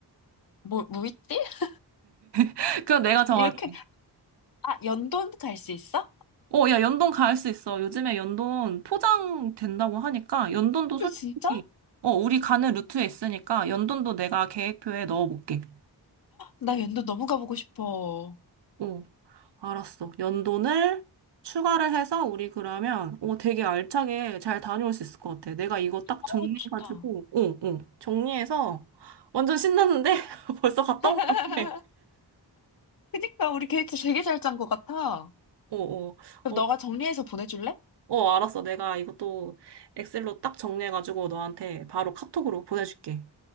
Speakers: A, on the left; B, on the right.
A: 뭐, 뭐 있지? <laughs>
B: <laughs> 그럼 내가 정할게.
A: 이렇게, 아, 연돈 갈 수 있어?
B: 어, 야, 연돈 갈 수 있어. 요즘에 연돈 포장 된다고 하니까 연돈도 솔직히
A: 어, 진짜?
B: 어, 우리 가는 루트에 있으니까 연돈도 내가 계획표에 넣어볼게.
A: 나 연도 너무 가보고 싶어.
B: 어, 알았어. 연돈을 추가를 해서 우리 그러면 어, 되게 알차게 잘 다녀올 수 있을 것 같아. 내가 이거 딱
A: 어,
B: 정리해가지고
A: 좋다.
B: 어, 어, 정리해서 완전 신났는데 <laughs> 벌써 갔다
A: <laughs>
B: 온 것 같아.
A: 그니까 우리 계획도 되게 잘 짠 것 같아.
B: 어, 어.
A: 그럼
B: 어,
A: 너가 정리해서 보내줄래?
B: 어, 알았어. 내가 이것도 엑셀로 딱 정리해가지고 너한테 바로 카톡으로 보내줄게.